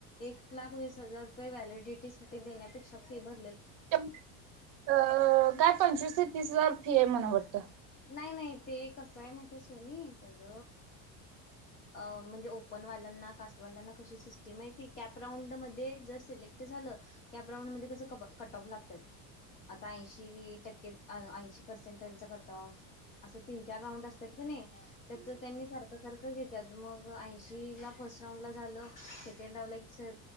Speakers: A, on the left; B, on the right.
A: एक लाख वीस हजार रुपये व्हलिडिटी साठी देण्यापेक्षा फी भ
B: अ काय पंचवीस ते तीस हजार फी आहे मला वाटतं
A: नाही नाही ते कसं आहे माहिती आहे सोनी तेज अ म्हणजे ओपनवाल्यांना कास्टवाल्यांना क सिस्टीम मा कॅपरांड मध्ये जर सिलेक्ट झालं कॅपराऊंड म कस क कटऑफ लागतात आता ऐंशी टक्के ऐंशी पर्सेंट चा असं तीन-चार राऊंड असतात कणी त्याचं त्यांनी सारखं सारखं घेतात हला फर्स्ट राऊंड ला झालं सकंड ला सर